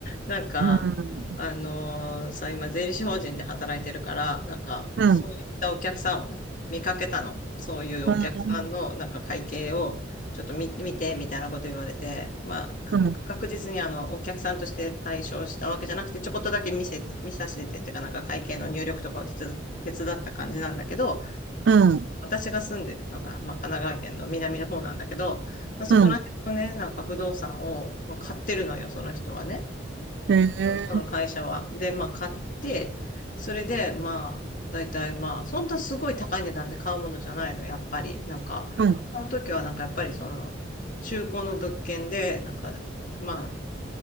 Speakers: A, on the left (about 45°); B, on the right (about 65°).
A: なんか、
B: うん、
A: あのーさ、今、税理士法人で働いてるから、なんか、
B: うん、
A: そういったお客さんを見かけたの。
B: うん、
A: そういうお客さんの、
B: う
A: なんか、会計を、ちょっと見、見て、みたいなこと言われて、まあ、か確実に、
B: ん、
A: あの、お客さんとして対象したわけじゃなくて、ちょこっとだけ見せて、見させてっていうか、なんか、会計の入力とかを手伝手伝った感じなんだけど、
B: うん、
A: 私が住んでるのが、まあ、神奈川県の南の方なんだけど、まあ、そこら辺のね、
B: うん。
A: なんか不動産をまあ買ってるのよ、その人はね。
B: へえ、
A: その会社は。で、まあ買って、それで、まあ、大体まあ、そんなすごい高い値段で買うものじゃないの、やっぱり。なんか、
B: うん、
A: 買うときはなんかやっぱりその、中古の物件で、なんか、まあ、